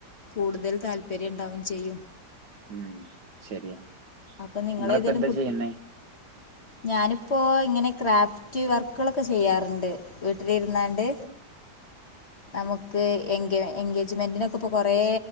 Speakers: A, on the left (about 40°); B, on the right (about 75°).
A: കൂടുതൽ താല്പര്യം ഉണ്ടാവും ചെയ്യും.
B: ഉം ശരിയാ
A: അപ്പൊ നിങ്ങള്
B: നിങ്ങളിപ്പോ
A: ഏതേലും
B: എന്താ
A: കു
B: ചെയ്യുന്നേ
A: ഞാനിപ്പോ ഇങ്ങനെ ക്രാഫ്റ്റ് റ്റ് വർക്കുകളൊക്കെ ചെയ്യാറുണ്ട്. വീട്ടിലിരുന്നാണ്ട് നമുക്ക് എങ്കേ എങ്കേജ്മെന്റിന് ഇപ്പ കൊറെ